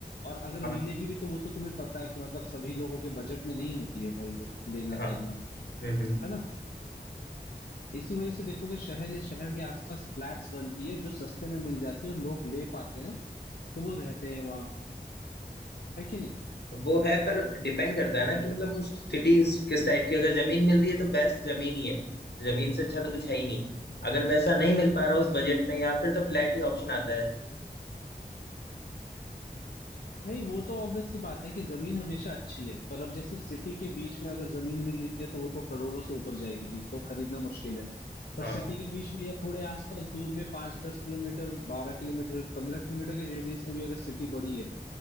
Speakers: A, on the left; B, on the left.
A: और अगर
B: हाँ
A: मिलेगी भी तो वो तो तुम्हें पता है कि मतलब सभी लोगों के बजट में नहीं होती है भाई वो लेना
B: हाँ,
A: करना
B: हम्म हम्म
A: है ना इसी वजह से देखोगे शहर या शहर के आसपास फ्लैट्स बनती है जो सस्ते में मिल जाती है और लोग ले पाते हैं तो वो रहते हैं वहाँ है कि नहीं
B: वो है पर डिपेंड करता है ना कि मतलब वो सिटी किस टाइप की अगर जमीन मिल रही है तो बेस्ट जमीन ही है जमीन से अच्छा तो कुछ है ही नहीं अगर वैसा नहीं मिल पा रहा उस बजट में या फिर तो फ्लैट ही ऑप्शन आता है
A: नहीं वो तो ऑब्वियस सी बात है कि जमीन हमेशा अच्छी है पर अब जैसे सिटी के बीच में अगर जमीन मिल रही है तो वो तो करोड़ों से ऊपर जाएगी तो खरीदना मुश्किल है पर
B: हाँ
A: सिटी के बीच में या थोड़े आसपास दूर में पांच दस किलोमीटर बारह किलोमीटर पंद्रह किलोमीटर के रेडियस में भी अगर सिटी बड़ी है